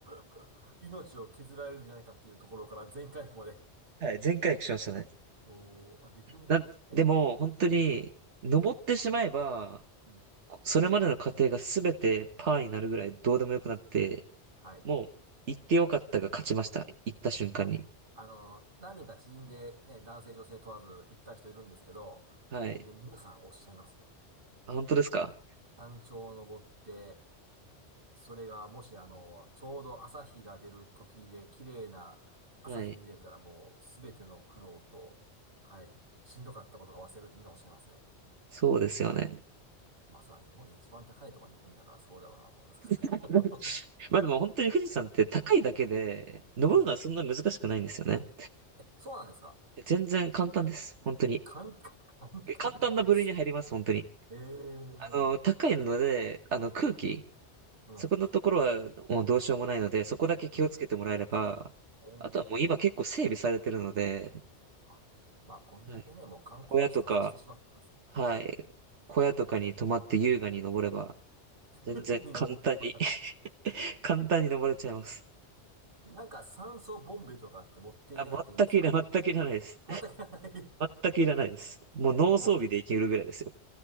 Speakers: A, on the right (about 50°); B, on the right (about 80°).
A: <laughs> 命を削られるんじゃないかっていうところから全回復まで。
B: はい全回復しましたね。
A: おー、あ、できるもんだ。
B: なん、
A: え、
B: でも、本当に、登ってしまえば、
A: うん。
B: それまでの過程がすべてパーになるぐらいどうでもよくなって、
A: はい。
B: もう、行ってよかったが勝ちました。行った瞬間に。
A: いや、あの、何人か知人でね、男性女性問わず行った人いるんですけど、
B: はい。
A: もうね、皆さんおっしゃいますね。
B: あ、本当ですか
A: 山頂を登って、それがもしあの、ちょうど朝日が出る時で綺麗な朝日見れたらもうすべての苦労と、
B: はい。
A: はい、しんどかったことが忘れるってみんなおっしゃいますね。
B: そうですよね。
A: まあそれは日本で一番高いところに行くんだからそうだろうなと思いますけど。
B: <laughs> まあでも本当に富士山って高いだけで、登るのはそんな難しくないんですよね。
A: <laughs> うん。そうなんですか。
B: 全然簡単です。本当に。
A: 簡単、簡単でて。
B: 簡単な部類に入ります、本当に。
A: ええうん、
B: あの、高いので、あの、空気。
A: う
B: そこのところはもうどうしようもないので、そこだけ気をつけてもらえれば、
A: ん。お
B: あとはもう今結構整備されてるので、
A: ーあまあ、こんだけね、
B: はい、
A: もう観光地と化してしまってますもんね。
B: 小屋とか、はい、小屋とかに泊まって優雅に登れば、全然簡単に
A: <laughs> に登れば。
B: <laughs> 簡単に登れちゃいます。
A: なんか酸素ボンベとかって持っていかなくていいんですか
B: あ、全くいら、全くいらないです。
A: 全くない。
B: 全くいらないです。もう脳装備でいけるぐらいですよ。
A: <laughs> もう、